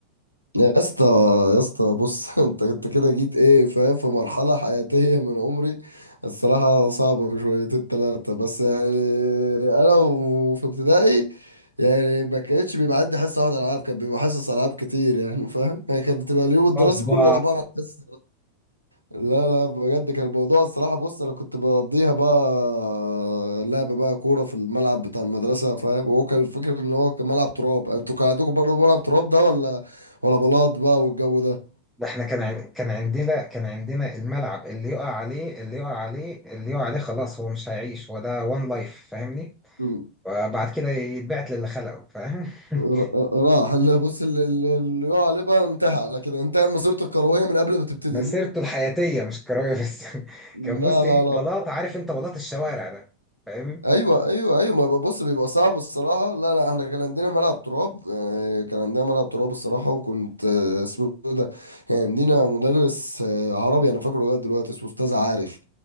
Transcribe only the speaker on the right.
يا اسطى يا اسطى بص <laughs> انت انت كده جيت ايه فاهم في مرحلة حياتية من عمري الصراحة صعبة شويتين تلاتة بس يعني انا وفي ابتدائي يعني ما كانتش بيبقى عندي حصة واحدة العاب كان بيبقى حصص العاب كتير يعني فاهم يعني كانت بتبقى اليوم الدراسي
كله عبارة عن حصص لا لا بجد كان الموضوع الصراحة بص أنا كنت بقضيها بقى لعب بقى كورة في الملعب بتاع المدرسة فاهم هو كان الفكرة إن هو كان ملعب تراب أنتوا كان عندكم برضه ملعب تراب ده ولا ولا بلاط بقى والجو ده
م.
را- راح اللي بص اللي اللي اللي يقع عليه بقى انتهى على كده انتهى مسيرته الكروية من قبل ما تبتدي
لا
لا لا
ايوه ايوه ايوه ما بص بيبقى صعب الصراحه لا لا احنا كان عندنا ملعب تراب آه، كان عندنا ملعب تراب الصراحه وكنت آه، اسمه إيه ده كان عندنا مدرس آه، عربي انا فاكره لغايه دلوقتي اسمه استاذ عارف